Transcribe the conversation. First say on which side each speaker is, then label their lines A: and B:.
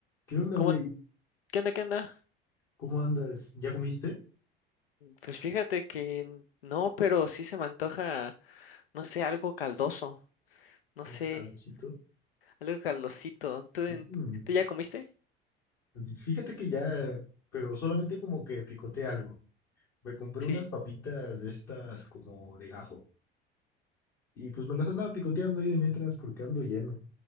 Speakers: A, on the left; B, on the left.
A: ¿Qué onda,
B: ¿Cómo?
A: güey?
B: ¿Qué onda? ¿Qué onda?
A: ¿Cómo andas? ¿Ya comiste?
B: Pues fíjate que no, pero sí se me antoja, no sé, algo caldoso, no
A: ¿Algo,
B: sé,
A: algocito?
B: algo caldosito. ¿Tú, en-
A: Mm,
B: tú ya comiste?
A: Fíjate que ya, pero solamente como que picoteé algo. Me compré
B: Sí.
A: unas papitas de estas como de gajo. Y pues me las andaba picoteando ahí de mientras porque ando lleno.